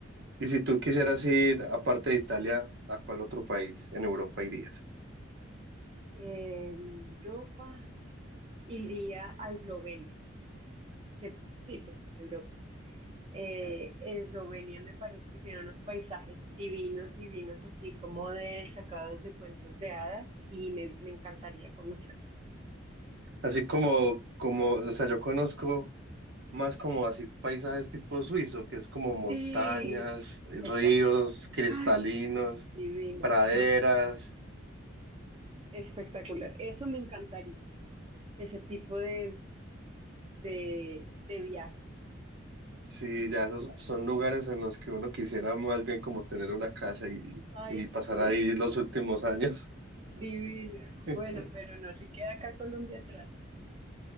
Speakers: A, on the right; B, on the right.
A: y si tú quisieras ir, aparte de Italia, ¿a cuál otro país en Europa irías?
B: En Europa iría a Eslovenia, que sí, pues es Europa. Eh, Eslovenia me parece que tiene unos paisajes divinos, divinos, así como de sacados de cuentos de hadas, y me, me encantaría conocerlo.
A: Así como, como, o sea, yo conozco más como así paisajes tipo suizo, que es como montañas,
B: Sí,
A: eh,
B: Espectacular.
A: ríos cristalinos,
B: Ay, divino.
A: praderas.
B: No, espectacular. Eso me encantaría, ese tipo de, de, de viajes.
A: Sí, ya esos son lugares en los que uno quisiera más bien como tener una casa y,
B: Ay,
A: y
B: sí,
A: pasar ahí los
B: <laughs>
A: últimos años.
B: divino.
A: <laughs>
B: Bueno, pero no se queda acá Colombia atrás.